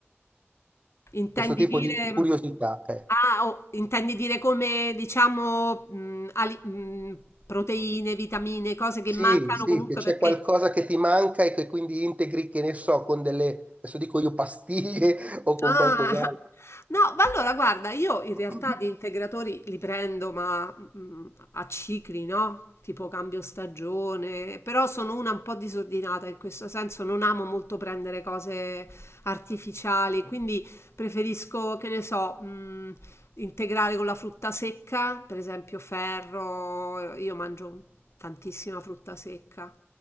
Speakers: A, on the left; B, on the right.
A: Intendi
B: questo tipo
A: dire...
B: di curiosità. eh.
A: Ah, oh, intendi dire come, diciamo, mh, ali- mh, proteine, vitamine, cose che
B: Sì,
A: mancano
B: sì,
A: comunque
B: che c'è
A: perché
B: qualcosa che ti manca e che quindi integri, che ne so, con delle, adesso dico io, pastiglie <laughs> o con
A: Ah!
B: qualcos'altro.
A: No, ma allora guarda, io in
B: <clears throat>
A: realtà di integratori li prendo, ma mm, a cicli, no? Tipo cambio stagione, però sono una un po' disordinata in questo senso, non amo molto prendere cose artificiali, quindi preferisco, che ne so, mm, integrare con la frutta secca, per esempio ferro, io mangio tantissima frutta secca.